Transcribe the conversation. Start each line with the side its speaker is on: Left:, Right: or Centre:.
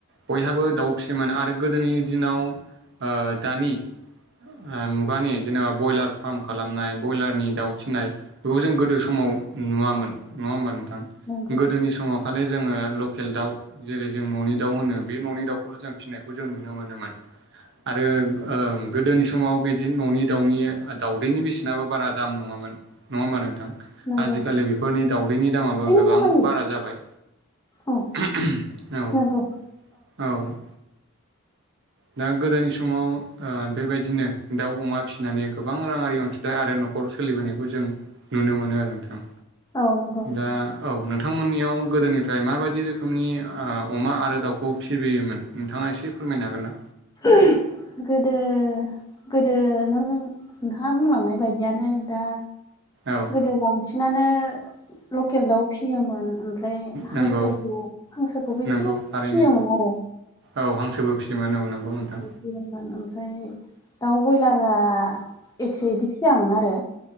Right: बयहाबो दाउ फिसियोमोन आरो गोदोनि दिनाव ओ दानि ओ मुगानि जेनेबा ब्यलार फार्म खालामनाय ब्यलारनि दाउ फिसिनाय बेखौ जों गोदो सम आव नुवामोन नङा होमबा नोंथां
Left: नंगौ
Right: गोदोनि समाव खालि जोङो लकेल दाउ जेरै- जों न'नि दाउ होनो बे न'नि दाउखौल' जों फिनायखौ जों नुनो मोनोमोन आरो ओम गोदोनि समाव बिदि न'नि दाउनि दाउदैनि बेसेनाबो बारा दाम नङामोन नङा होमबा नोंथां? आजिखालि
Left: नंगौ
Right: बेफोरनि दाउदैनि दामाबो
Left: ओइ
Right: गोबां
Left: नै मायो
Right: बारा जाबाय।
Left: औ
Right: <unintelligible> औ
Left: नंगौ
Right: औ दा गोदोनि समाव ओ बेबायदिनो दाउ अमा फिसिनानै गोबां राङारि अनसुंथाइ आरो न'ख खर सोलिबोनायखौ जों नुनो मोनो आरो नोंथां
Left: औ नंगौ
Right: दा औ नोंथ नोंथांमोननियाव गोदोनिफ्राय माबायदि रोखोमनि ओ अमा आरो दाउखौ फिबोयोमोन नोंथाङा एसे फोरमायनो हागोन ना?
Left: <unintelligible> गोदो गोदो नों नोंहा बुंलांनाय बायदियानो दा
Right: औ
Left: गोदो बांसिनानो लकेल दाउ फियोमोन ओम फ्राय हांसोखौ
Right: नंगौ
Left: हांसोखौबो एसे
Right: नंगौ थारैनो
Left: फियोमोन आर
Right: औ हांसोबो फियोमोन औ नंगौ
Left: हांसो
Right: नोंथां
Left: फियोमोन आम फाय दाउ बयलारा एसे इदि फियामोन आरो।